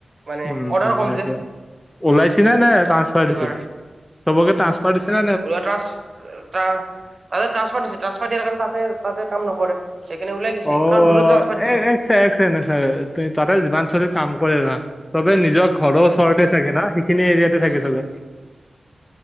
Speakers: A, on the right; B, on the left.
A: মানে
B: উম,
A: অৰ্ডাৰ কম
B: সেইটোৱে,
A: যে
B: ওলাইছিলা নে ট্ৰান্সফাৰ
A: সেইটো
B: দিছে, চবকে ট্ৰান্সফাৰ দিছে ন
A: <unintelligible> তাৰ, তাতে <unintelligible> দিছে ট্ৰান্সফাৰ দিয়াৰ কাৰণে তাতে তাতে কাম নকৰে। সেইকাৰণে ওলাই দিছে
B: অ',
A: কাৰণ দূৰত ট্ৰান্সফাৰ দিছে
B: এ
A: যে।
B: এক ছেকেণ্ড এক ছেকেণ্ড এক ছেকেণ্ড তাতে যিমান চলি কাম কৰে না চবে নিজৰ ঘৰৰ ওচৰতে চাগে না সেইখিনি এৰিয়াতে থাকে চবে।